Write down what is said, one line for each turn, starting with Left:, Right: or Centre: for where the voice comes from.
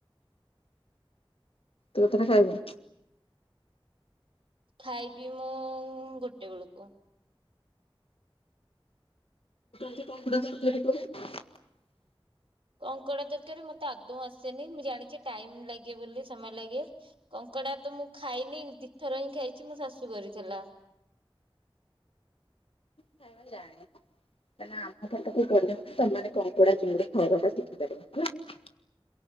Left: ତୁ କତଟ ଖାଇବୁ?
Right: ଖାଇବି ମୁଁ ଗୋଟେ ବେଳକୁ
Left: କଣ ଗୋଟେ ତରକାରି କର
Right: କଙ୍କଡା ତରକାରି ମତେ ଆଦୌ ଆସେନି ମୁଁ ଜାଣିଚି ଟାଇମ ଲାଗେ ବୋଲି ସମୟ ଲାଗେ କଙ୍କ କଙ୍କଡା ତ ମୁଁ ଖାଇନି ଦି ଥର ହିଁ ଖାଇଚି ମୋ ଶାଶୁ କରିଥିଲା। <inaudible>
Left: ଖାଇବା ଜାଣେ କାହିଁକିନା ଆମ ପାଟକୁ ପଢିଆ ସେମାନେ କମ୍ପଡା ଚିଙ୍ଗୁଡି ଖାଇବା ଟା ଶିଖି ପାରିବ ହେଲା।